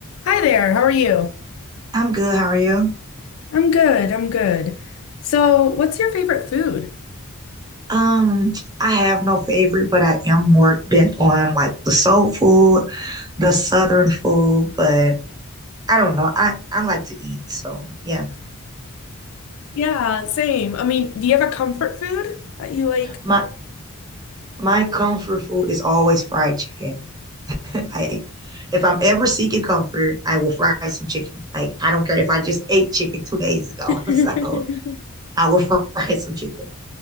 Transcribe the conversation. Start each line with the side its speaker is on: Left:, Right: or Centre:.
Left: Hi there, how are you?
Right: I'm good. How are you?
Left: I'm good, I'm good. So, what's your favorite food?
Right: Um, I have no favorite, but I am more bent on like the soul food, the southern food, but I don't know. I I like to eat, so yeah.
Left: Yeah, same. I mean, do you have a comfort food that you like?
Right: My my comfort food is always fried chicken. <laughs> Like if I'm ever seeking comfort, I will fry some chicken. Like I don't care if I just ate chicken two days ago.
Left: <laughs>
Right: <laughs> So I will fry some chicken.